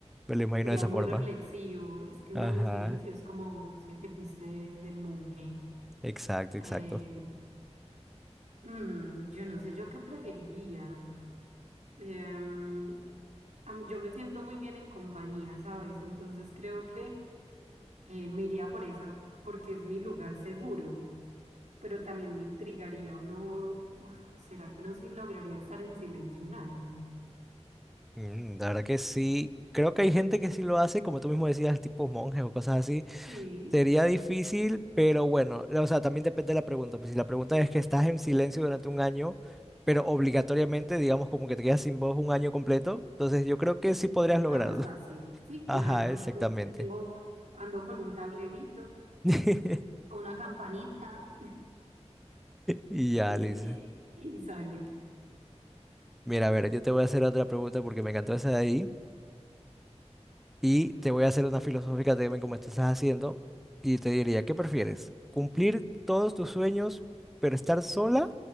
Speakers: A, in the centre; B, on the right.
A: Me lo imagino
B: Sería
A: de esa
B: muy
A: forma.
B: reflexivo, es que un
A: Ajá,
B: año en silencio es como, no sé, te fuiste de monje.
A: exacto, exacto.
B: Eh, mm, yo no sé, yo qué preferiría. Em, a mí- yo me siento muy bien en compañía, ¿sabes? Entonces creo que eh, me iría por esa, porque es mi lugar seguro. Pero también me intrigaría uno, uf, ¿será que uno sí lograría estar en silencio un año?
A: Mm, la verdad que sí. Creo que hay gente que sí lo hace, como tú mismo decías, tipo monjes o cosas así.
B: Sí,
A: Sería difícil, pero bueno, o sea, también depende de la pregunta. Pues si la pregunta es que estás en silencio durante un año, pero obligatoriamente, digamos, como que te quedas sin voz un año completo, entonces yo creo que sí podrías lograrlo.
B: ah, más fácil.
A: <laughs>
B: Sí, claro,
A: Ajá, exactamente.
B: cu- tengo, ando con un tablerito,
A: <laughs>
B: una campanita
A: Y
B: <laughs>
A: ya,
B: y,
A: Liz.
B: y sale.
A: Mira, a ver, yo te voy a hacer otra pregunta porque me encantó esa de ahí. Y te voy a hacer una filosófica también como tú estás haciendo. Y te diría, ¿qué prefieres? ¿Cumplir todos tus sueños, pero estar sola?